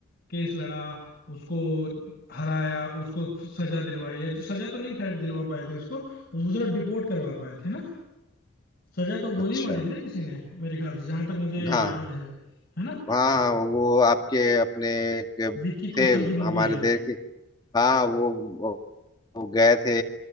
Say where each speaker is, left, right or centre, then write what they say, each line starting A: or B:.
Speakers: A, on the left; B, on the left.
A: केस लड़ा उसको हराया उसको सजा दिलवाई है जो सजा तो नहीं खैर दिलवा पाए थे उसको उसको सिर्फ डिपोर्ट करवा पाए थे ना सजा तो गोली
B: अच्छा
A: मारी थी ना किसी ने मेरे ख्याल से जहां तक मुझे
B: हाँ
A: याद
B: हाँ।
A: है है ना
B: हाँ हाँ वो आपके अपने के
A: विक्की
B: थे
A: कौशल की मूवी
B: हमारे
A: है
B: देश के हाँ हाँ वो वो गए थे